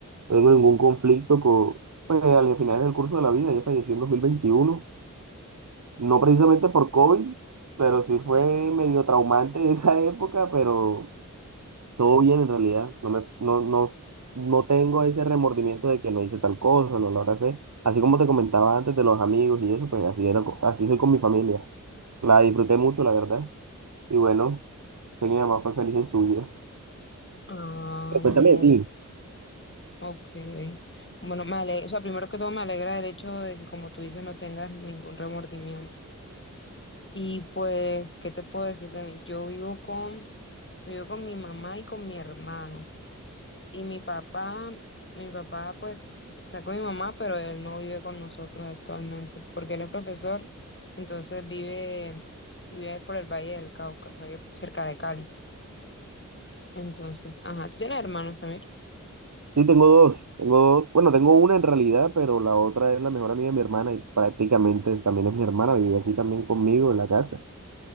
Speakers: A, on the right; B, on the left.
A: no tengo ningún conflicto con... Pues al final del curso de la vida, ella falleció en dos mil veintiuno, No precisamente por COVID, pero sí fue medio traumante <laughs> esa época, pero... Todo bien en realidad, no me, no, no, no tengo ese remordimiento de que no hice tal cosa, no lo abracé. Así como te comentaba antes de los amigos y eso, pues así era, co- así soy con mi familia. La disfruté mucho, la verdad. Y bueno, sé que mi mamá fue feliz en su vida.
B: Ah,
A: Pero cuéntame
B: no,
A: de ti.
B: ok. Bueno, me ale- o sea, primero que todo me alegra el hecho de que, como tú dices, no tengas ningún remordimiento. Y pues, ¿qué te puedo decir de mí? Yo vivo con Soy yo con mi mamá y con mi hermano. Y mi papá, mi papá pues está con mi mamá, pero él no vive con nosotros actualmente, porque él es profesor, entonces vive, vive por el Valle del Cauca, o sea, vive cerca de Cali. Entonces, ajá, tú tienes hermanos también.
A: Sí, tengo dos, tengo dos. Bueno, tengo una en realidad, pero la otra es la mejor amiga de mi hermana y prácticamente es- también es mi hermana, vive aquí también conmigo en la casa.